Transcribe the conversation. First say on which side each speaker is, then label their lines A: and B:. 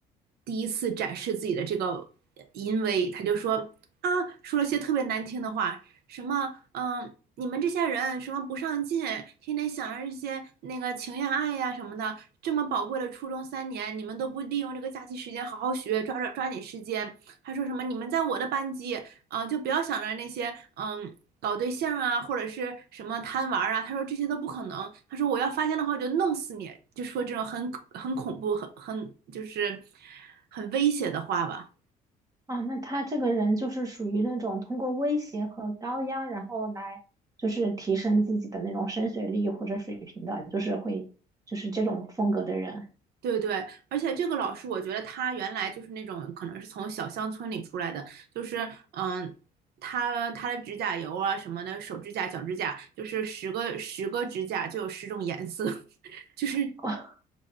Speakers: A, on the right; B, on the right.
A: 第一次展示自己的这个淫威，他就说啊，说了些特别难听的话，什么嗯，你们这些人什么不上进，天天想着这些那个情呀爱呀什么的，这么宝贵的初中三年，你们都不利用这个假期时间好好学，抓着抓紧时间。还说什么你们在我的班级，嗯、呃就不要想着那些嗯搞对象啊，或者是什么贪玩啊，他说这些都不可能。他说我要发现的话，我就弄死你，就说这种很很恐怖、很很就是很威胁的话吧。
B: 啊，那他这个人就是属于那种通过威胁和高压，然后来就是提升自己的那种升学率或者水平的，就是会就是这种风格的人。
A: 对对，而且这个老师，我觉得他原来就是那种可能是从小乡村里出来的，就是嗯，他他的指甲油啊什么的，手指甲、脚指甲，就是十个十个指甲就有十种颜色，<laughs> 就是
B: <laughs>